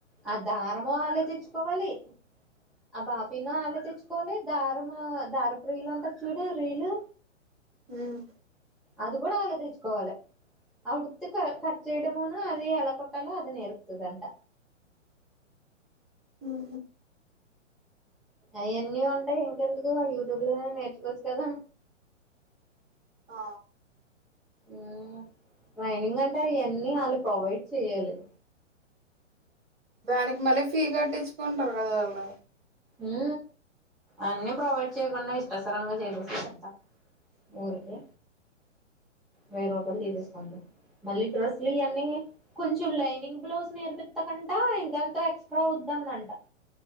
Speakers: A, in the centre; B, on the right.
A: ఆ దారమూ ఆళ్ళే తెచ్చుకోవాలి ఆ బాపిన్ను ఆళ్ళే తెచ్చుకోవాలి దారమూ దారపు రీలు అంటారు చూడు రీలు.
B: ఉమ్
A: అది కూడా ఆళ్ళే తెచ్చుకోవాలి అప్పుడు క కట్చేయడమును అది ఎలా కొట్టలో అది నేర్పుతుదంట.
B: ఉ
A: అయన్నీ ఉంటాయి ఇంకెందుకు యూట్యూబ్ లోనే నేర్చుకోవచ్చు కదా
B: అ
A: ఊ ట్రైనింగ్ అంటే అయన్ని ఆళ్ ప్రొవైడ్ చెయాలి.
B: దానికి మళ్ళీ ఫీ కట్టించుకుంటారు కదా ఆళ్ళు
A: ఊ అన్ని ప్రొవైడ్ చేయకుండా ఇస్ దసరంగా సరంగ చేసేసి చెప్తా ఊరికే వెయ్యి రూపాయల తీసేసుకుంది మళ్ళీ డ్రెస్లు ఇయన్నీ కొంచెం లైనింగ్ బ్లౌజ్ నేర్పిత్త కంట ఇంకెంత ఎక్స్ట్రా అవు దంట